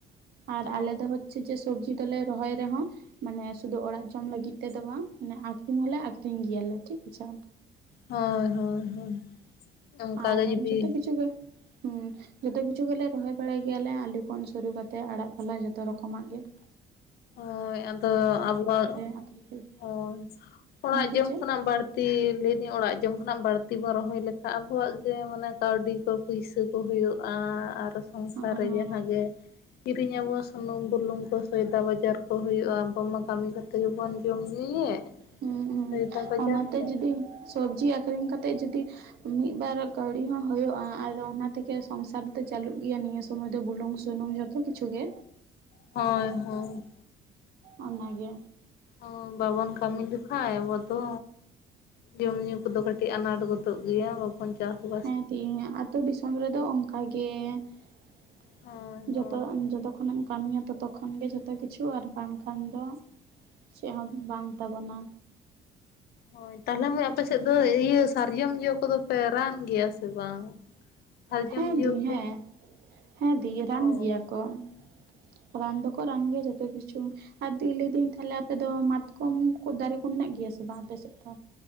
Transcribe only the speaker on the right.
ᱟᱨ
ᱟᱞᱮ ᱫᱚ ᱦᱚᱪᱷᱮ ᱥᱚᱵᱡᱤ ᱫᱚᱞᱮ ᱨᱚᱦᱚᱭ ᱨᱮᱦᱚᱸ ᱢᱟᱱᱮ ᱥᱩᱫᱷᱩ ᱚᱲᱟᱜ ᱡᱚᱢ ᱞᱟᱹᱜᱤᱫ ᱛᱮᱫᱚ ᱵᱟᱝ ᱟᱠᱷᱨᱤᱧ ᱦᱚᱸᱞᱮ ᱟᱠᱷᱨᱤᱧ ᱜᱮᱭᱟᱞᱮ ᱴᱷᱤᱠ ᱟᱪᱷᱮ
ᱟᱨ
ᱡᱚᱛᱚ ᱠᱤᱪᱷᱩ ᱜᱮ ᱦᱩᱸ ᱡᱚᱛᱚ ᱠᱤᱪᱷᱩ ᱜᱮᱞᱮ ᱨᱚᱦᱚᱭ ᱵᱟᱲᱟᱭ ᱜᱮᱭᱟᱞᱮ ᱟᱞᱩ ᱠᱷᱚᱱ ᱥᱩᱨᱩ ᱠᱟᱛᱮᱫ ᱟᱲᱟᱜ ᱯᱟᱞᱟ ᱡᱷᱚᱛᱚ ᱨᱚᱠᱚᱢᱟᱜ ᱜᱮ ᱾
ᱟᱠᱷᱨᱤᱧ ᱦᱩᱭᱩᱜ
ᱦᱮᱸ
ᱴᱤᱪᱮ
ᱦᱚᱸ
ᱦᱚᱸ
ᱦᱚᱸ
ᱦᱩᱸ ᱦᱩᱸ
ᱚᱱᱟᱛᱮ
ᱡᱩᱫᱤ ᱥᱚᱵᱽᱡᱤ ᱟᱠᱷᱨᱤᱧ ᱠᱟᱛᱮᱫ ᱡᱩᱫᱤ ᱢᱤᱫᱵᱟᱨ ᱠᱟᱹᱣᱰᱤ ᱦᱚᱸ ᱦᱩᱭᱩᱜ-ᱟ ᱟᱫᱚ ᱚᱱᱟᱛᱮᱜᱮ ᱥᱚᱝᱥᱟᱨ ᱫᱚ ᱪᱟᱹᱞᱩᱜ ᱜᱮᱭᱟ ᱱᱤᱭᱟᱹ ᱥᱚᱢᱚᱭ ᱫᱚ ᱵᱩᱞᱩᱝ ᱥᱩᱱᱩ ᱡᱚᱛᱚ ᱠᱤᱪᱷᱩ ᱜᱮ
ᱚᱱᱟᱜᱮ,
ᱦᱮᱸ ᱛᱮᱦᱤᱧᱟ ᱟᱹᱛᱩ ᱫᱤᱥᱚᱢ ᱨᱮᱫᱚ ᱚᱱᱠᱟ ᱜᱮ ᱾
ᱡᱚᱛᱚ
ᱡᱚᱛᱚ ᱠᱷᱚᱱ ᱮᱢ ᱠᱟᱹᱢᱤᱭᱟ ᱛᱚ ᱠᱷᱚᱱ ᱜᱮ ᱡᱚᱛᱚ ᱠᱤᱪᱷᱩ ᱟᱨ ᱵᱟᱝᱠᱷᱟᱱ ᱫᱚ ᱪᱮᱫ ᱦᱚᱸ ᱵᱟᱝ ᱛᱟᱵᱚᱱᱟ
ᱦᱮᱸ
ᱫᱤ ᱦᱮᱸ
ᱦᱮᱸ ᱫᱤ ᱨᱟᱱ
ᱜᱮᱭᱟ ᱠᱚ ᱾ ᱨᱟᱱ ᱫᱚᱠᱚ ᱨᱟᱱ ᱜᱮᱭᱟ ᱡᱚᱛᱚ ᱠᱤᱪᱷᱩ ᱟᱨ ᱫᱤ ᱞᱟᱹᱭᱫᱟᱹᱧ ᱛᱟᱦᱚᱞᱮ ᱟᱯᱮ ᱫᱚ ᱢᱟᱛᱠᱚᱢ ᱠᱚ ᱫᱟᱨᱮ ᱠᱚ ᱢᱮᱱᱟᱜ ᱜᱮᱭᱟ ᱥᱮ ᱵᱟᱝ ᱟᱯᱮ ᱥᱮᱫ ᱫᱚ?